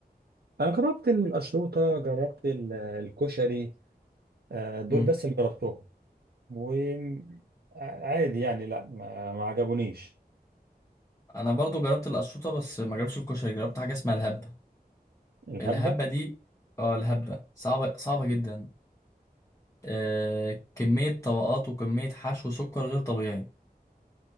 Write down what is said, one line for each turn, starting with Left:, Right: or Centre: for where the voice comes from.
Right: انا جربت القشروطه جربت ال- الكشري آه دول
Left: مم.
Right: بس اللي جربتهم وعادي يعني لا ما, ما عجبونيش
Left: انا برضو جربت القشطوطه بس ما جربتش الكشري جربت حاجه اسمها الهبه
Right: الهبدة
Left: الهبه دي اه الهبه صعبه صعبه جدا آه، كمية طبقات وكمية حشو سكر غير طبيعي